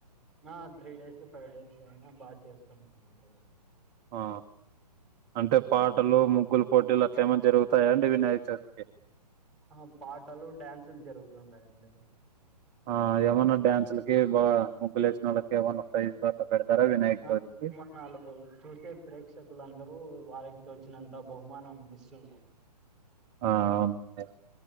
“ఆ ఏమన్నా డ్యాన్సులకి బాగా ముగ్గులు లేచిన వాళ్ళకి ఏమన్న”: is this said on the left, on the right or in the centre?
Right